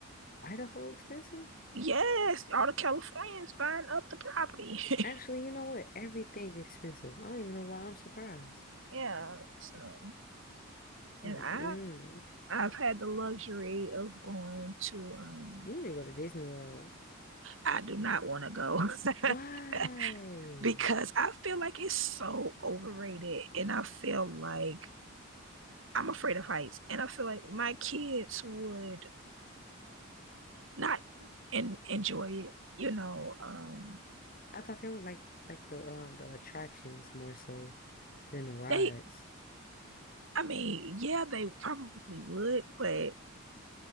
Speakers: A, on the left; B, on the right.
A: Idaho expensive?
B: yes, all the Californians buying up the property.
A: Actually, you know what? Everything expensive. I don't even know why I'm surprised.
B: <laughs> yeah, so and
A: Mm-mm.
B: I I've had the luxury of going to um
A: You need to go to Disney World.
B: I do not want to go <laughs>
A: Why?
B: because I feel like it's so overrated and I feel like I'm afraid of heights, and I feel like my kids would not en- enjoy it. You know, um,
A: I thought they would like like the um the attractions more so than the rides.
B: they. I mean, yeah, they probably would, but